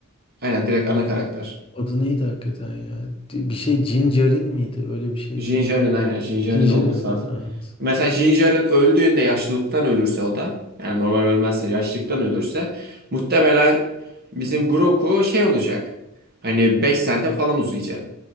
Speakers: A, on the right (about 45°); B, on the left (about 25°).
A: aynen direkt ana karakter.
B: Adı neydi hakikaten ya? Bir şey Cincerin miydi? Öyle bir şeydi.
A: Din Djarin aynen Din Djarin
B: Cincerin
A: olması
B: değil
A: lazım.
B: mi? Evet.
A: Mesela Din Djarin öldüğünde yaşlılıktan ölürse o da yani normal ölmezse yaşlılıktan ölürse muhtemelen bizim Grogu şey olacak. Hani 5 sene falan uzayacak.